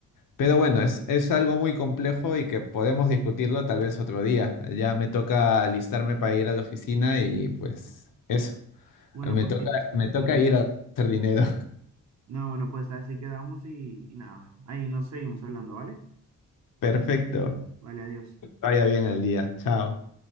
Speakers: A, on the left; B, on the right.
A: Pero bueno, es, es algo muy complejo y que podemos discutirlo tal vez otro día. Ya me toca alistarme para ir a la oficina y pues eso.
B: Bueno,
A: Me
B: pues
A: toca,
B: sí, listo.
A: me toca ir a hacer dinero.
B: No, bueno, pues así quedamos y, y nada, ahí nos seguimos hablando, ¿vale?
A: <laughs> Perfecto.
B: Vale, adiós.
A: Vaya bien el día. Chao.